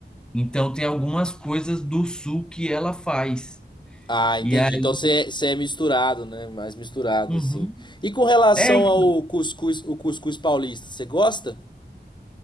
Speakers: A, in the centre; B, on the left (about 25°).
A: Então tem algumas coisas do sul que ela faz.
B: Ah,
A: E
B: entendi.
A: aí,
B: Então você é, você é misturado, né? Mais misturado,
A: uhum.
B: assim. E com relação
A: É, então,
B: ao cuscuz, o cuscuz paulista, você gosta?